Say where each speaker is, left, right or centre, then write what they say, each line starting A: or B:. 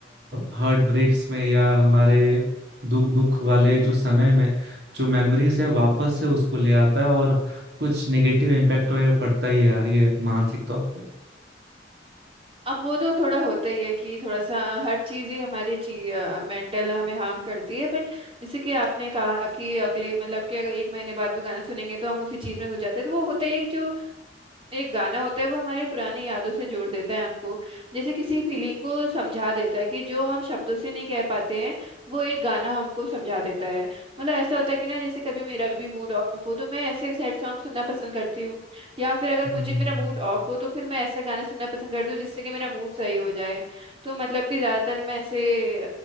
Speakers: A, on the right; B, on the right.
A: हार्ट ब्रेक्स में या हमारे दुख दुख वाले जो समय में जो मेमोरीज है वापस से उसको ले आता है और कुछ नेगेटिव इम्पैक्ट वगैरह पड़ता ही है यार ये मानसिक तौर पे
B: अब वो तो थोड़ा होता ही है कि थोड़ा सा हर चीज ही हमारे मेंटल हमें हार्म करती है बट जैसे कि आपने कहा कि अगले मतलब कि अगर एक महीने बाद भी गाना सुनेंगे तो हम उसी चीज में घुस जाते हैं तो वो होता ही है जो एक गाना होता है वो हमारी पुरानी यादों से जोड़ देता है हमको जैसे किसी फीलिंग को समझा देता है कि जो हम शब्दों से नहीं कह पाते हैं वो एक गाना हमको समझा देता है मतलब ऐसा होता है कि ना जैसे कभी मेरा भी मूड ऑफ हो तो मैं ऐसे सैड सॉन्ग सुनना पसंद करती हूँ या फिर अगर
A: हम्म
B: मुझे मेरा मूड ऑफ हो तो फिर मैं ऐसा गाना सुनना पसंद करती हूँ जिससे कि मेरा मूड सही हो जाए तो मतलब कि ज्यादातर मैं ऐसे